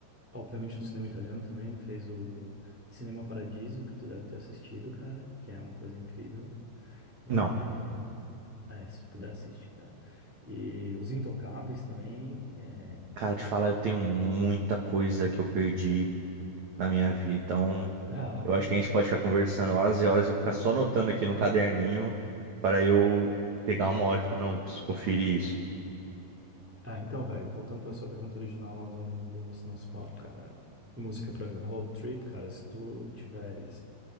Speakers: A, in the centre; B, on the right.
A: obviamente do cinema italiano também, ele fez o Cinema Paradiso, que tu deve ter assistido, cara, que é uma coisa incrível. É,
B: Não.
A: é, se puder assistir, cara. E Os Intocáveis também. é.
B: Cara, te falar, eu tenho muita coisa que eu perdi na minha vida. Então,
A: <laughs>
B: eu acho que a gente pode ficar conversando horas e horas e eu ficar só anotando aqui no caderninho para eu pegar uma hora e falar, não, preciso conferir isso.
A: Ah, ah, então, velho, voltando pra sua pergunta original lá do, do início do nosso papo, cara. Música pra road trip, cara, se tu tiveres